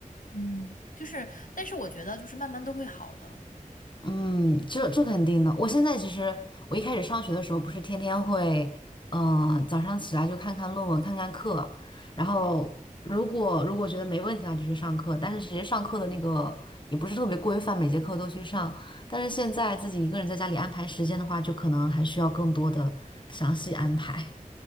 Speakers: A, on the left; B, on the left.
A: 嗯，就是，但是我觉得就是慢慢都会好的。
B: 嗯，这这肯定的。我现在其实，我一开始上学的时候，不是天天会，呃，早上起来就看看论文，看看课，然后如果如果觉得没问题的话，就去上课。但是其实上课的那个也不是特别规范，每节课都去上。但是现在自己一个人在家里安排时间的话，就可能还需要更多的详细安排。